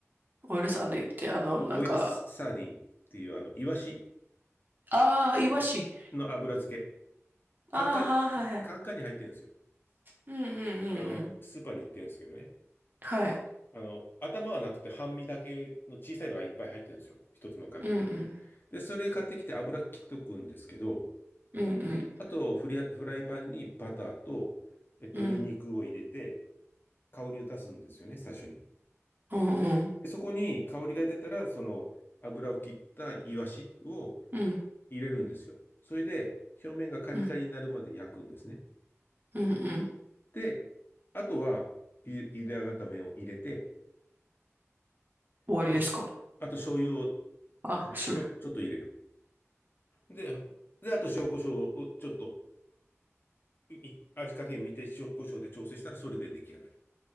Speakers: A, on the right (about 40°); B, on the left (about 45°).
A: お嫁さんで行って、あの、
B: オオイルサーディンっていう、
A: なんか、
B: あの、イワシ
A: ああ、イワシ。
B: の油漬け。カンカン、
A: ああ、はいはいはい。
B: カカンカンに入ってるんですよ。
A: うんうんうんうん。
B: あの、スーパーに売ってるんですけどね。
A: はい。
B: あの、頭はなくて半身だけの小さいのがいっぱい入ってるんですよ。一つのカンカンに。
A: うんうん。
B: で、それ買ってきて油切っとくんですけど、
A: うんうん。
B: あとフリア、フライパンにバターと、えっと、
A: うんうん。
B: ニンニクを入れて、香りを出すんですよね、最初に。
A: うん
B: で、そこに香りが出たら、その油を切ったイワシを
A: う
B: 入れるんですよ。それで、表面がカリカリになるまで焼くんですね。
A: んうんうん。
B: で、あとは、ゆ茹で上がった麺を入れて、
A: 終わりですか
B: あとし、あと醤油を
A: あ、
B: 入れちょ、
A: そう。
B: ちょっと入れる。で、で、あと塩コショウをちょっと、い味加減見て塩コショウで調整したらそれで出来上がり。